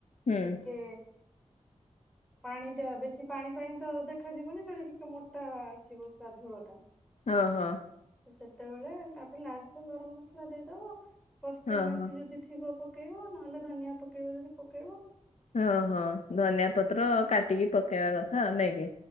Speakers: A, on the left (about 70°); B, in the centre.
A: ହୁଁ
B: ଟିକେ। ପାଣି ଟା ବେଶୀ ପାଣି ପାାଣି ତ ଦେଖାଯିବନି ସେଟା ଟିକେ ମୋଟା ଆସିବ ସେ ଝୋଳ ଟା।
A: ହଁ ହଁ।
B: ସେତେବେଳେ ତାପରେ ଲାଷ୍ଟରେ ଗରମ ମସଲା ଦେଇଦବ। କସ୍ତୁରୀ
A: ହଁ
B: ମେଥି
A: ହଁ
B: ଯଦି ଥିବ ପକେଇବ। ନହେଲେ ଧନିଆ ପକେଇବ ଯଦି ପକେଇବ।
A: ଓଁ ହଁ ଧନିଆ ପତ୍ର କାଟିକି ପକେଇବା କଥା ନାଇଁକି।